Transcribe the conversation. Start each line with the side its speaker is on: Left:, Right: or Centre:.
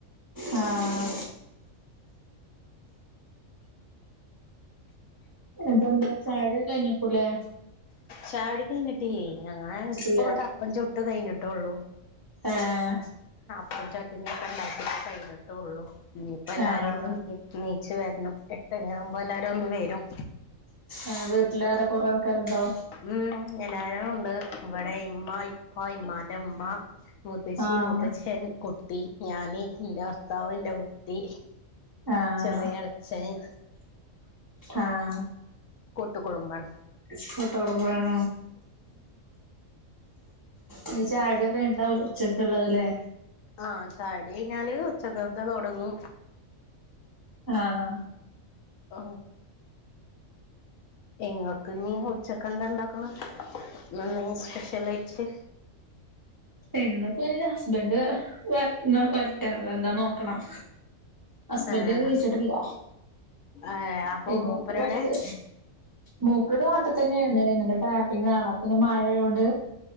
Right: ആഹ എന്തുണ്ട ചായ കുടി ഒക്കെ കഴിഞ്ഞേക്കും ലെ
Left: ചായകുടി കഴിഞ്ഞിട്ടില്ലേ ഞങ്ങള് ഇപ്പൊ
Right: ഇല്ല
Left: അങ്ങോട്ട് അപ്പം ചുട്ട് കഴിഞ്ഞിട്ടോള്ളു
Right: ആഹ
Left: അപ്പും ചട്ടിനി ഒക്കെ ഉണ്ടാക്കി കഴിഞ്ഞിട്ടേ ഉള്ളു ഇനി ഇപ്പൊ എല്ലാരും
Right: ആഹ്
Left: ഒന്ന് നീച്ച വരണം എട്ട് മണി ആകുമ്പോ എല്ലാരും ഒന്ന് വരും.
Right: ആ വീട്ടിലാരാ കൊറെ ആൾക്കാരുണ്ടോ
Left: ഉം <unintelligible> ഉണ്ട് ഇവിടെ ഇമ്മ ഇപ്പ ഇമ്മാന്റെ ഇമ്മ മുത്തച്ചി
Right: ആഹ്
Left: മുത്തച്ഛൻ കുട്ടി ഞാന് ഇന്റെ ഭർത്താവ് ഇൻ്റെ കുട്ടി
Right: ആഹ
Left: ചെറിയ എളച്ചന്
Right: ആഹ
Left: കൂട്ടു കുടുംബം
Right: കൂട്ട് കുടുംബണ് ഇനി ചായ കുടി ഒക്കെ കഴിഞ്ഞിട്ടാവും ഉച്ചക്കുള്ളത് ലെ
Left: ആഹ് ചായ കുടി കഴിഞ്ഞാല് ഉച്ചക്കത്തെ തുടങ്ങും
Right: ആഹ
Left: ഓ ഇങ്ങൾക്ക് ഇനി ഉച്ചക്ക് എന്താ ഉണ്ടാക്കണെ ഇന്നെന്തെങ്കി സ്പെഷ്യലായിച്ച്
Right: എന്നിപ്പ ഹസ്ബൻറ് വ വരട്ടെ എന്താ നോ ക്കണം ഹസ്ബൻഡ്
Left: ആഹ്
Right: എണീച്ചിട്ടില്ല
Left: ഏഹ് അപ്പൊ
Right: എന്താക്ക
Left: മൂപ്പരെവിടെ
Right: പൊറത്ത് മൂപ്പിട് നാട്ടിൽ തന്നെയാണ് ഇങ്ങട് ടാപ്പിംഗ ആണ് അപ്പൊ ഇന്ന് മഴ ആയത കൊണ്ട്.